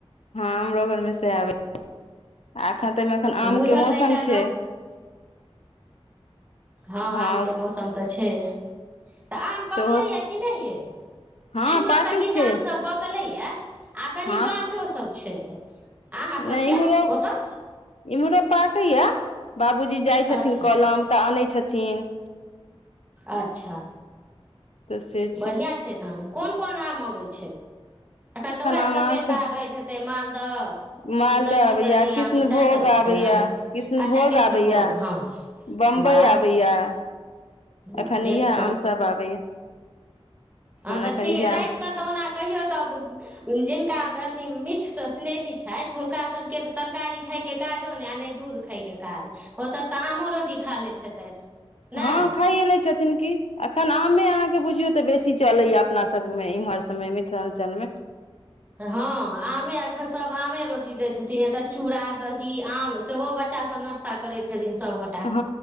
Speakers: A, on the left; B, on the right.
A: ह हमरो घरमे से आबै आ अखन तइ मे अखन आम
B: बूझल
A: के मौसम
B: रहितै
A: छै
B: ह
A: हँ
B: आमके मौसम तऽ छै तऽ आम पकलैया
A: सेहो
B: कि नहि यै
A: हँ
B: एमहर
A: पाकै
B: तऽ किछु
A: छै
B: आम सभ पकलैया आ कनि
A: हँ
B: काँचो सभ छै अहाँ सभके
A: नहि इम्हरो
B: ओतऽ
A: इम्हरो पाके या बाबूजी जाई छथिन
B: अच्छा
A: कलम तऽ अनै छथिन
B: अच्छा।
A: तऽ से
B: बढ़िआ छै तहन कोन कोन आम अबै छै अखन तऽ उएह
A: आम
B: सपेता
A: अहाँके
B: रहैत हे से मालदह
A: मालदह
B: कि सरही
A: आबैया
B: तरही
A: कृष्ण
B: आम सएहसभ
A: भोग
B: होइ
A: आबैया
B: छै ने
A: कृष्ण
B: अच्छा
A: भोग
B: कृष्णभोग
A: आबैया
B: हँ
A: बम्बई
B: वाह
A: आबैया
B: वाह
A: एखन
B: एक
A: इ हा आमसभ आबैया
B: ह तऽ
A: एखन
B: ठीक
A: इएह
B: राइतक तऽ ओना कहियौ तऽ जिनका अथी मीठसँ स्नेही छैथ हुनका सभके तऽ तरकारी खायके काजो नहि आ नहि दूध खाय के काज ओसभ तऽ आमो रोटी खा लैत हेतथि नहि
A: ह खायै लै छथिन कि अखन आमे अहाँकेँ बुझियौ तऽ बेसी चलैय अपनासभमे इम्हर सभमे मिथिलांचलमे
B: ह आमे अखन सभ आमे रोटी दैत हेथिन नैतऽ चूड़ा दही आम सेहो बच्चासभ न सता करैत छथिन सभगोटा
A: ह